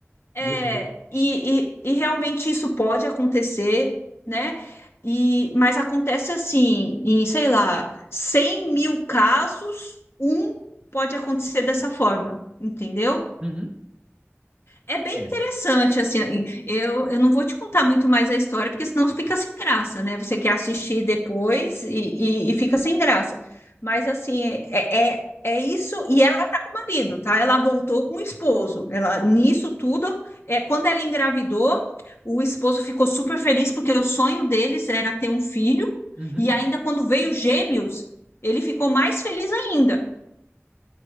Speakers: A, on the left (about 60°); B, on the right (about 20°).
A: É,
B: Meu Deus.
A: e, e, e realmente isso pode acontecer, né? E, mas acontece assim, em, sei lá, 100 mil casos, um pode acontecer dessa forma, entendeu?
B: Uhum,
A: É bem
B: É,
A: interessante, assim, eu, eu não vou te contar muito mais a história, porque senão fica sem graça, né? Você quer assistir depois e, e, e fica sem graça. Mas, assim, é, é, é isso, e ela tá com o marido, tá? Ela voltou com o esposo, ela, nisso tudo, é, quando ela engravidou, o esposo ficou super feliz, porque o sonho deles era ter um filho,
B: uhum.
A: e ainda quando veio gêmeos, ele ficou mais feliz ainda.